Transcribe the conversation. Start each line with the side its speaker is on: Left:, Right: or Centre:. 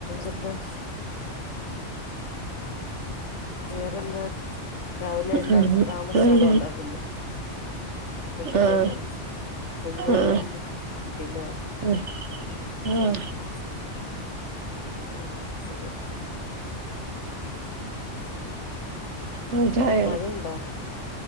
Left: എന്തുണ്ട് വേറെന്താ രാവിലെ എല്ലാം
Right: ഏഹ്
Left: താമസാണോ
Right: അല്ല
Left: ഉണ്ടാക്കുന്നത് കുഞ്ഞായിര
Right: ആഹ്
Left: കുഞ്ഞായ
Right: ആഹ്
Left: കൊണ്ട്ല
Right: ഉം ഉം
Left: ആഹ ആ ആഹ അത് ശരി
Right: ഉം
Left: പിന്നെ
Right: ചായ
Left: മഴയുണ്ടോ